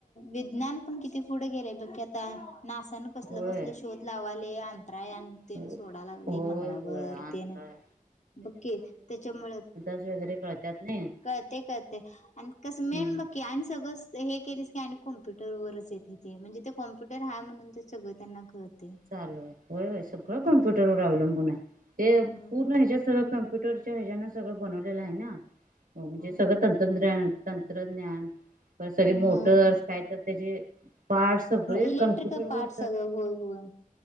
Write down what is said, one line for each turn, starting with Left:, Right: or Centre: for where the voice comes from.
Left: विज्ञान पण, किती पुढे गेलंय बघ की आता? नासान कसल
Right: होय
Left: बसल शोध लावालय. रा यान तेन
Right: हो-
Left: सोडाय लागलय
Right: होय
Left: मंगळावर
Right: होय अंतराळ
Left: तेन बककी त्याच्यामुळ
Right: जगरे कळत्यात नाही.
Left: कळतय कळतय आणि कसं मेन
Right: हम्म
Left: बकी आणि सगळं. हे केलीस की आणि कॉम्प्युटरवरच येतय, ते म्हणजे ते कॉम्प्युटर हाय म्हणून ते सगळं त्यांना कळतय.
Right: चालू हाय, व्हय व्हय सगळं
Left: होय
Right: कॉम्प्युटर वर अवलंबून, आहे ते
Left: होय
Right: पूर्ण ह्याच्यात सगळ कम्प्युटरच्या हेज्याना, सगळं बनवलेलं हाय ना, म्हणजे
Left: होय
Right: सगळं
Left: होय
Right: तंत्रज्ञान तंत्रज्ञान, परत सगळे
Left: हम्म
Right: मोटर्स काय तर त्याचे पार्ट सगळे
Left: इलेक्ट्रिकल
Right: कम्प्युटरवर
Left: पार्ट सगळं होय होय.